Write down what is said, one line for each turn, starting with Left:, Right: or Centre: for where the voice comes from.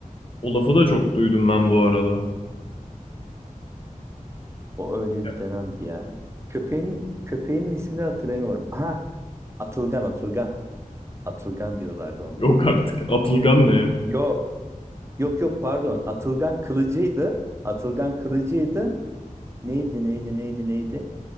Left: O lafı da çok duydum ben bu arada.
Right: O öyle
Left: Ya,
Right: bir dönemdi ya. Köpeğin köpeğin ismini hatırlamıyorum. Aha, Atılgan, Atılgan. Atılgan diyorlardı ona.
Left: yok artık. Atılgan ne ya?
Right: Yok, yok yok pardon. Atılgan kılıcıydı. Atılgan kılıcıydı. Neydi, neydi, neydi, neydi?